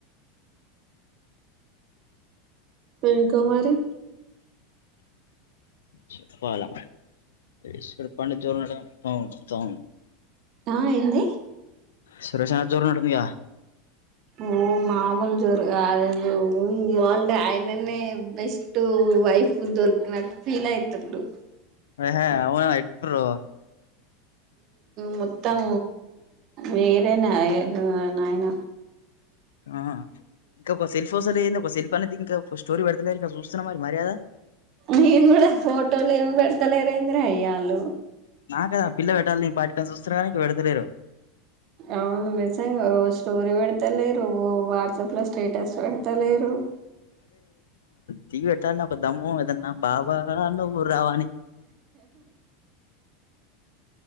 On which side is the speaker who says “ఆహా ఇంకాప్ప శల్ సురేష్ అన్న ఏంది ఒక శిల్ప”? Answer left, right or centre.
Left